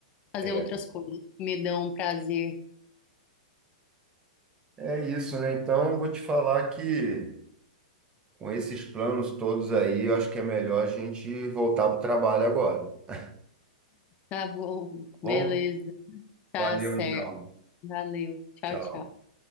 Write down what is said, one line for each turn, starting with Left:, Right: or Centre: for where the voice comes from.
Left: Fazer
Right: É,
Left: outras coisas que me dão prazer.
Right: é isso, né? Então, eu vou te falar que com esses planos todos aí, eu acho que é melhor a gente voltar para o trabalho agora, tá
Left: Tá bom,
Right: bom?
Left: beleza, tá
Right: Valeu,
Left: certo.
Right: então.
Left: Valeu, tchau,
Right: Tchau.
Left: tchau.